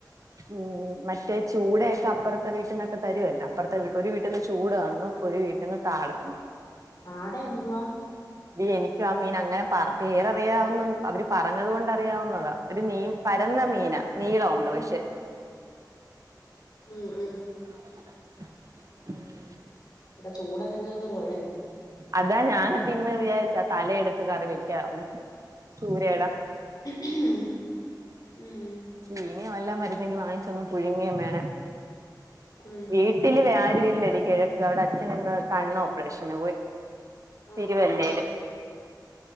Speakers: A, on the right (about 45°); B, on the left (about 60°).
A: ഉം മ മറ്റേ ചൂടയെക്കെ അപ്പറത്തെ വീട്ടിന്നക്കെ തരുവല്ല അപ്പറത്തെ വി ഒരു വീട്ടിന്ന് ചൂട തന്നു ഒരു വീട്ടിന്ന് താട തന്നു
B: കാട എന്തുവാ?
A: ഇ എനിക്കും, ആ, മീൻ അങ്ങനെ പറ പേരറിയാവുന്ന അവര് പറഞ്ഞത് കൊണ്ട് അറിയാവുന്നതാ. ഒരു, മീൻ, പരന്ന മീനാ, നീളം ഉണ്ട് പക്ഷെ.
B: ഉം ഉം, ഉം
A: ഉം
B: ഇവിടെ ചൂട തിന്ന്, തിന്ന് കൊഴഞ്ഞു.
A: അതാ, ഞാന് പ്പന്ന് വിചാരിച്ച. തല എടുത്ത് കറി വെക്കന്ന്, ചൂരയുടെ.
B: <unintelligible> ഉം
A: ചീനി വല്ല മരുന്നെങ്കി വാങ്ങിച്ചൊന്നും പുഴുങ വേണം.
B: ഉം
A: വീട്ടില് വേ ആരു വില്ലടി. കിഴക് അവിടെ അച്ഛന് കണ്ണ് ഓപ്പറേഷന് പോയി.
B: ആഹ്
A: തിരുവല്ലയില്.
B: ആഹ്